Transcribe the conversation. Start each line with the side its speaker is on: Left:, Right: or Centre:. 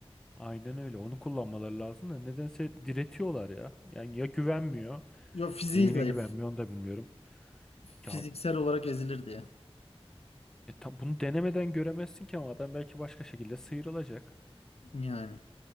Centre: Aynen öyle. Onu kullanmaları lazım da nedense diretiyorlar ya. Yani ya güvenmiyor.
Left: Yo fiziği
Centre: Neyine
Left: zayıf.
Centre: güvenmiyor onu da bilmiyorum.
Left: Fiziksel
Centre: Ya
Left: olarak ezilir diye.
Centre: e, ta- bunu denemeden göremezsin ki ama adam belki başka şekilde sıyrılacak.
Left: Yani.